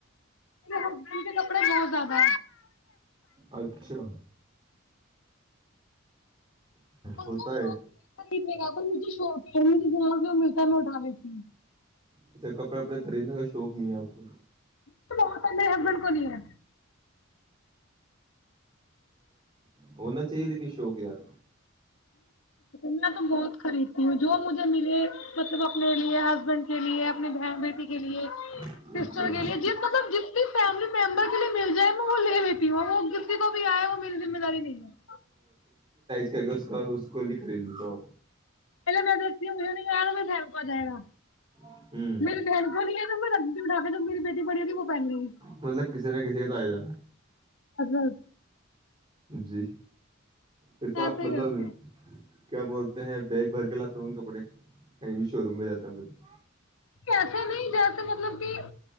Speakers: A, on the left; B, on the right.
A: میرے ہسبینڈ کے کپڑے بہت زیادہ
B: اچھا
A: م
B: ہوتا
A: کا شوق
B: ہے
A: نہیں ہے میرا <unintelligible> تو مجھے شوق ہے مجھے جہاں سے ملتا ہے لوٹانے کی
B: اچھا کپےپڑے خریدنے کا شوق نہیں ہے آپ کو
A: تو میرے ہسبینڈ کو نہیں ہے
B: ہونا چاہیے لیکن شوق یار
A: میں تو بہت خریدتی ہوں جو مجھے ملے مطلب اپنے لیے ہسبینڈ کے لیے اپنی بہن بیٹی کے لیے
B: اچھا
A: سسٹر کے لیے جس مطلب جس بھی فیملی ممبر کے لیے مل جائے میں وہ لے لیتی ہوں اور وہ جسی کو بھی آئے وہ میری ذمہ داری نہیں ہے <unintelligible>
B: کیا اس کا اس کو لیے خرید لیتا
A: پہلے میں دیکھتی ہوں مجھے نہیں آرا میری بہن کو آ جائے گا
B: آپ۔ ہوں
A: میری بہن کوڑ ہے رنز کیو مانانا جب میری بٹی بڑی ہوگی تب وہ پہن لیگی
B: مطلب کسی نہ کسی کا تو آ ئی جائے گا
A: گی
B: جی پھرتو
A: ایسے
B: آپ مطلب
A: کرتے ہیں،
B: کیا بولتے ہیں بیگ بھر کے لاتا ہوں کپڑے کہیں بھی شو روم میں جاتے ہوںگے تو
A: ایسے نہیں جیسے مطلب کہ